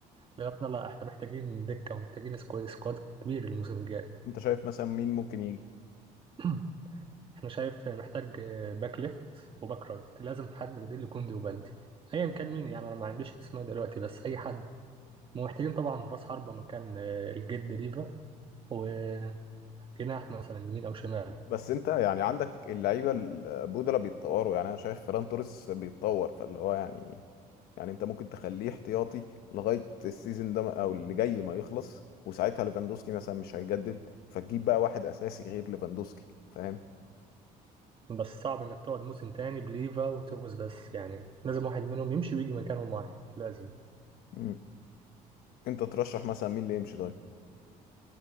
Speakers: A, on the right (about 35°); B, on the left (about 75°).
A: للأمانة لا إحنا محتاجين دكة ومحتاجين سكواد سكواد كبير الموسم الجاي
B: انت شايف مثلا مين ممكن يجي
A: <clears throat> إحنا شايف محتاج آه، باك ليفت وباك رايت لازم حد بديل لكوندي وبالدي أيا كان مين يعني أنا ما عنديش أسماء دلوقتي بس أي حد ومحتاجين طبعا رأس حربة مكان آه، الجد ديفا وجناح مثلا يمين أو شمال
B: بس انت يعني عندك اللعيبه البودلة بيتطوروا يعني انا شايف فران توريس بيتطور فاللي هو يعني يعني انت ممكن تخليه احتياطي لغايه السيزون ده او اللي جاي ما يخلص وساعتها ليفاندوسكي مثلا مش هيجدد فتجيب بقى واحد اساسي غير ليفاندوسكي فاهم
A: بس صعب انك تقعد موسم تاني بليفا وتروس بس يعني لازم واحد منهم يمشي ويجي مكانهم واحد لازم
B: امم انت ترشح مثلا مين اللي يمشي طيب